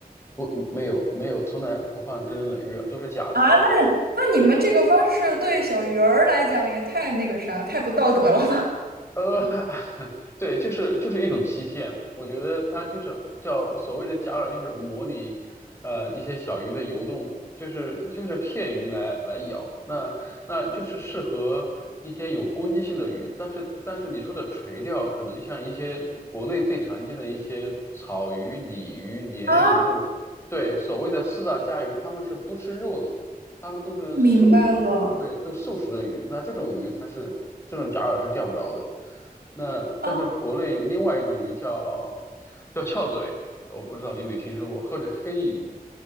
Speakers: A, on the left; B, on the right.
A: 不，没有没有，从来不放真正的鱼饵，都是假的。
B: 啊？那那你们这个方式对小鱼儿来讲也太那个啥，太不道德了吧？
A: 呃，<laughs> 对，就是就是一种欺骗。我觉得它就是叫所谓的假饵，就是模拟呃一些小鱼的游动，就是就是骗鱼来来咬。那那就是适合一些有攻击性的鱼，但是但是你说的垂钓，可能像一些国内最常见的一些草鱼、鲤鱼、鲢鱼，
B: 啊，
A: 就是对所谓的四大家鱼，它们是不吃肉的，它们都是素食的。
B: 明白了。
A: 对，都素食的鱼，那这种鱼它是这种假饵是钓不着的。那但是国内有另外一种鱼叫
B: 啊，
A: 叫翘嘴，我不知道你有没有听说过，或者黑鱼。